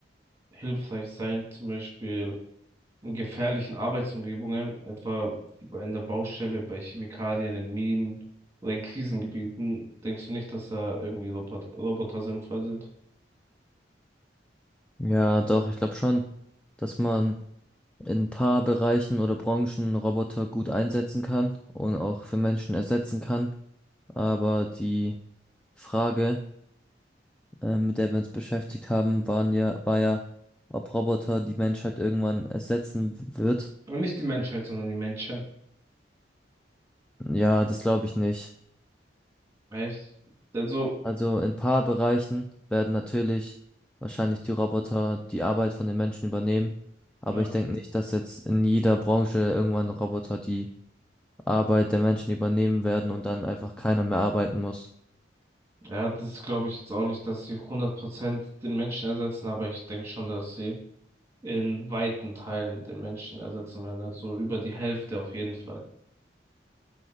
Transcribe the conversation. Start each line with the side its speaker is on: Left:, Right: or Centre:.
Right: hilfreich sein. Zum Beispiel in gefährlichen Arbeitsumgebungen, etwa wie bei- in der Baustelle, bei Chemikalien, in Minen oder in Krisengebieten. Denkst du nicht, dass da irgendwie Robot Roboter sinnvoll sind?
Centre: Ja, doch, ich glaube schon, dass man in ein paar Bereichen oder Branchen Roboter gut einsetzen kann und auch für Menschen ersetzen kann. Aber die Frage, ähm, mit der wir uns beschäftigt haben, waren ja, war ja, ob Roboter die Menschheit irgendwann ersetzen wird.
Right: Und nicht die Menschheit, sondern die Menschen.
Centre: Ja, das glaube ich nicht.
Right: Echt? Also,
Centre: Also in ein paar Bereichen werden natürlich wahrscheinlich die Roboter die Arbeit von den Menschen übernehmen. Aber
Right: ja.
Centre: ich denke nicht, dass jetzt in jeder Branche irgendwann Roboter die Arbeit der Menschen übernehmen werden und dann einfach keiner mehr arbeiten muss.
Right: Ja, das glaube ich jetzt auch nicht, dass sie hundert Prozent den Menschen ersetzen, aber ich denke schon, dass sie in weiten Teilen den Menschen ersetzen werden. Also über die Hälfte auf jeden Fall.